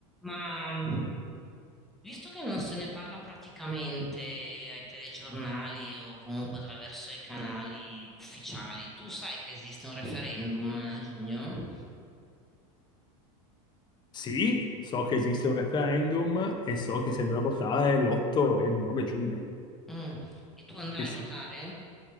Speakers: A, in the centre; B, on the left.
A: Ma mh, visto che non se ne parla praticamente ai telegiornali o comunque attraverso i canali ufficiali, tu sai che esiste un referendum a giugno?
B: Sì, so che esiste un referendum e so che si andrà a votare l'8 e il 9 giugno.
A: Mm. E tu andrai
B: Sì, sì.
A: a votare?